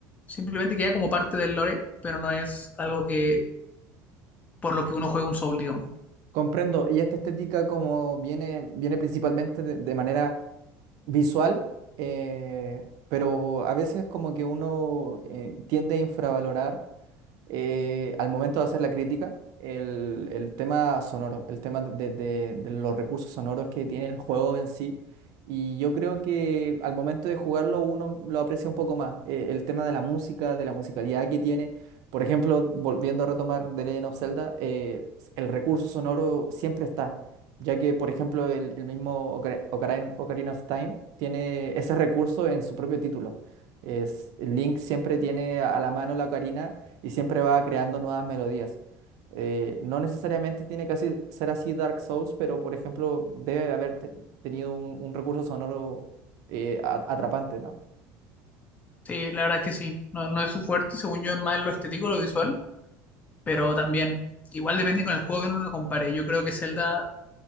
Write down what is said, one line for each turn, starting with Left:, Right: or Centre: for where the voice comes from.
Left: simplemente queda como parte del lore, pero no es algo que por lo que uno juega un Soul, digamos.
Right: Comprendo, y esta estética como viene, viene principalmente de, de manera visual, eh, pero a veces como que uno eh, tiende a infravalorar eh, al momento de hacer la crítica, el, el tema sonoro, el tema de, de- de los recursos sonoros que tiene el juego en sí. Y yo creo que al momento de jugarlo uno lo aprecia un poco más. Eh, el tema de la música, de la musicalidad que tiene. Por ejemplo, volviendo a retomar The Legend of Zelda, eh, el recurso sonoro siempre está, ya que, por ejemplo, el, el mismo Ocar- Ocarin- Ocarina of Time tiene ese recurso en su propio título. Es, Link siempre tiene a la mano la ocarina y siempre va creando nuevas melodías. Eh, no necesariamente tiene que así- ser así Dark Souls, pero por ejemplo debe haber te- tenido un, un recurso sonoro eh, a- atrapante, ¿no?
Left: Sí, la verdad es que sí, no, no es su fuerte, según yo es más lo estético, lo visual, pero también, igual depende con el juego que uno lo compare. Yo creo que Zelda,